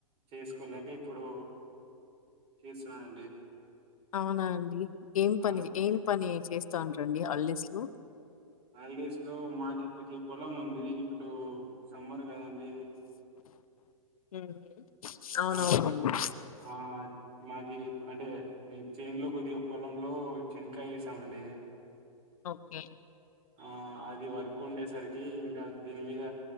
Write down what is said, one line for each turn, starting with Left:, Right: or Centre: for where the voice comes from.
Right: చేసుకోలేక ఇప్పుడు చేస్తున్నానండి
Left: అవునా అండి ఏం పని
Right: ఆ
Left: ఏం పని చేస్తా ఉంట రండి హాలిడేస్ లో
Right: హాల్డేస్ లో మాకి కొద్దిగ పొలముంది ఇప్పుడు సమ్మర్. <unintelligible> గదండి
Left: ఉమ్. అవునవునండి
Right: ఆ ఆ మాకి క్ అంటే. ఇ చేన్లో కొద్దిగ పొలంలో చెన్కాయేసామండి.
Left: ఒక్కే.
Right: ఆ అది వర్కుండేసరికి ఇంకా దీని మీద